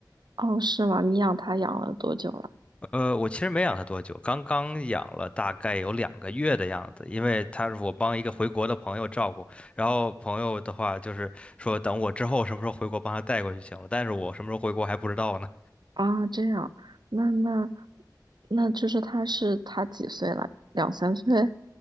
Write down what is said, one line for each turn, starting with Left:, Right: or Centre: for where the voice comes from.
Right: 哦，是吗？你养他养了多久了？
Left: 呃，我其实没养它多久，刚刚养了大概有两个月的样子，因为它是我帮一个回国的朋友照顾，然后朋友的话就是说等我之后什么时候回国帮他带过去行了，但是我什么时候回国还不知道呢。
Right: 啊，这样，那那那就是他是他几岁了？两三岁？